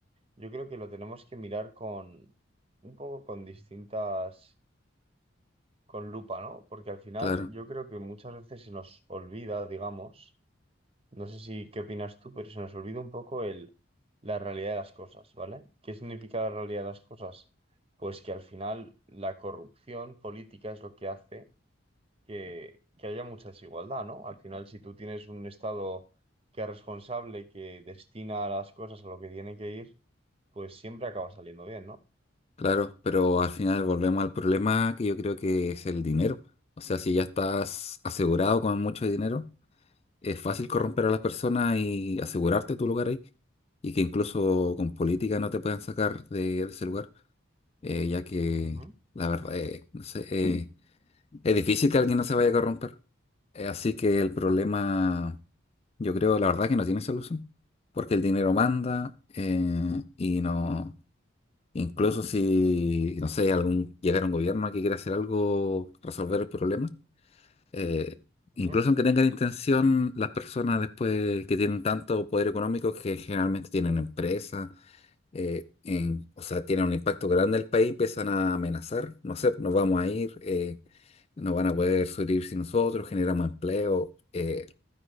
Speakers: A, on the right (about 30°); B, on the left (about 30°).
A: yo creo que lo tenemos que mirar con un poco con distintas, con lupa, ¿no? Porque al final
B: Claro.
A: yo creo que muchas veces se nos olvida, digamos. No sé si qué opinas tú, pero se nos olvida un poco el, la realidad de las cosas, ¿vale? ¿Qué significa la realidad de las cosas? Pues que al final la corrupción política es lo que hace que, que haya mucha desigualdad, ¿no? Al final, si tú tienes un Estado que es responsable, que destina las cosas a lo que tiene que ir, pues siempre acaba saliendo bien, ¿no?
B: Claro, pero al final volvemos al problema que yo creo que es el dinero. O sea, si ya estás asegurado con mucho dinero, es fácil corromper a las personas y asegurarte tu lugar ahí. Y que incluso con política no te puedan sacar de, de ese lugar, eh, ya que
A: Ujú,
B: la verdad, eh, no sé, eh, es difícil que alguien no se vaya a corromper. Eh, así que el problema, yo creo, la verdad, que no tiene solución. Porque el dinero manda eh, y no. Incluso si, no sé, algún, llegara un gobierno que quiera hacer algo, resolver el problema, eh, incluso
A: Ujú.
B: aunque tengan intención, las personas después que tienen tanto poder económico que generalmente tienen empresas, eh, en- o sea, tienen un impacto grande en el país, empiezan a amenazar, no sé, nos vamos a ir, eh, no van a poder subir sin nosotros, generamos empleo, eh,